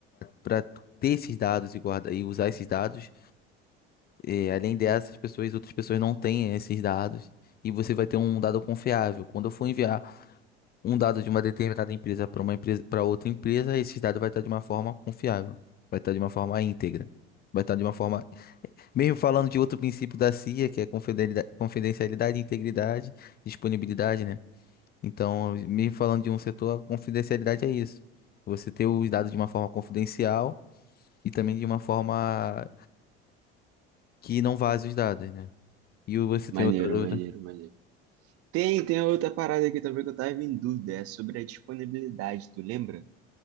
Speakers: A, on the left; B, on the right.
A: para ter esses dados e guardar e usar esses dados. é, além dessas pessoas, outras pessoas não têm esses dados. E você vai ter um dado confiável. Quando eu for enviar um dado de uma determinada empresa para uma empresa para outra empresa, esse dado vai estar de uma forma confiável, vai estar de uma forma íntegra, vai estar de uma forma, mesmo falando de outro princípio da CIA, que é confideli- confidencialidade, integridade, disponibilidade, né? Então, mesmo falando de um setor, a confidencialidade é isso. Você ter os dados de uma forma confidencial e também de uma forma que não vaze os dados, né? E você
B: maneiro,
A: tem outra dúvida?
B: maneiro, maneiro. Tem, tem outra parada aqui também que eu tava em dúvida. É sobre a disponibilidade, tu lembra?